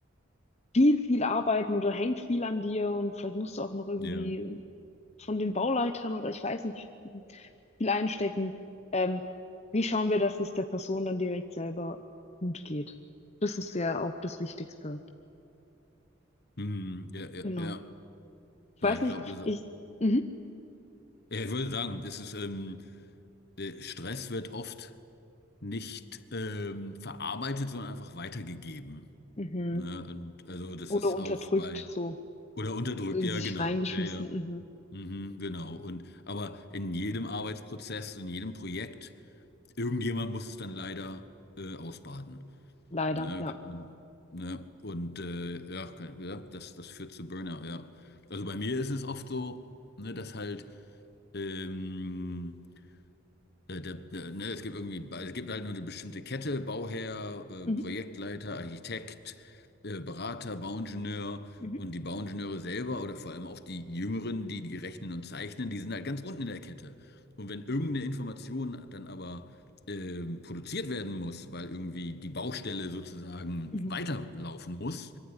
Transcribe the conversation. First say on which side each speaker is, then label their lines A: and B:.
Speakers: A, on the left; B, on the left.
A: viel, viel arbeiten oder hängt viel an dir und vielleicht musst du auch noch irgendwie
B: ja,
A: von den Bauleitern oder ich weiß nicht, viel einstecken. Ähm, wie schauen wir, dass es der Person dann direkt selber gut geht? Das ist ja auch das Wichtigste.
B: hm, ja, ja,
A: Genau.
B: ja.
A: Ich
B: Ja,
A: weiß
B: ich
A: nicht,
B: glaube, das ist
A: ich,
B: auch.
A: mhm,
B: Ja, ich würde sagen, das ist, ähm, äh, Stress wird oft nicht ähm, verarbeitet, sondern einfach weitergegeben.
A: mhm.
B: Ne? Und also das
A: Oder
B: ist
A: unterdrückt,
B: auch bei,
A: so
B: oder unterdrückt,
A: in
B: ja,
A: sich
B: genau.
A: reingeschmissen,
B: Ja, ja.
A: mhm.
B: Mhm, genau. Und aber in jedem Arbeitsprozess, in jedem Projekt, irgendjemand muss es dann leider äh, ausbaden.
A: Leider,
B: Ne?
A: ja.
B: Ge- Ne? Und äh, ja, kann- ja, das, das führt zu Burnout, ja. Also bei mir ist es oft so, ne, dass halt ähm, äh, der, äh, ne, es gibt irgendwie, es gibt halt nur eine bestimmte Kette, Bauherr, äh,
A: Mhm,
B: Projektleiter, Architekt, äh, Berater, Bauingenieur
A: mhm,
B: und die Bauingenieure selber oder vor allem auch die Jüngeren, die die rechnen und zeichnen, die sind halt ganz unten in der Kette. Und wenn irgendeine Information dann aber ähm, produziert werden muss, weil irgendwie die Baustelle sozusagen
A: mhm.
B: weiterlaufen muss,